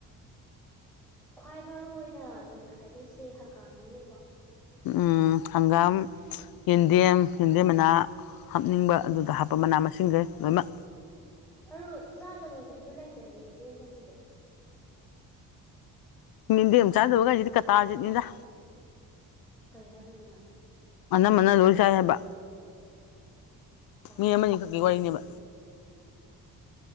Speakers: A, in the centre; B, on the left.
A: ꯈ꯭ꯋꯥꯏ ꯃꯔꯨ ꯑꯣꯏꯅ ꯅꯣꯏ ꯈꯥꯏꯗꯣꯏꯁꯦ ꯍꯪꯒꯥꯝꯅꯤꯅꯦꯀꯣ
B: ꯎꯝ ꯍꯪꯒꯥꯝ ꯌꯦꯟꯗꯦꯝ ꯌꯦꯟꯗꯦꯝ ꯃꯅꯥ ꯍꯥꯞꯅꯤꯡꯕ ꯑꯗꯨꯗ ꯍꯥꯞꯄ ꯃꯅꯥ ꯃꯁꯤꯡꯁꯦ ꯂꯣꯏꯅꯃꯛ
A: ꯑꯗꯨ ꯆꯥꯗꯕ ꯃꯤꯁꯨ ꯂꯩꯗꯅ ꯌꯦꯗꯦꯝꯒꯁꯤꯗꯤ
B: ꯌ‌ꯦꯟꯗꯦꯝ ꯆꯥꯗꯕꯒꯥꯁꯤꯗꯤ ꯀꯇꯥꯖꯤꯠꯅꯤꯗ
A: ꯀꯩ ꯍꯥꯏꯕꯗꯨꯅ
B: ꯑꯅꯝꯕꯅ ꯂꯣꯏ ꯆꯥꯏ ꯍꯥꯏꯕ
A: ꯑꯣ
B: ꯃꯤ ꯑꯃꯅꯤꯈꯛꯀꯤ ꯋꯥꯔꯤꯅꯦꯕ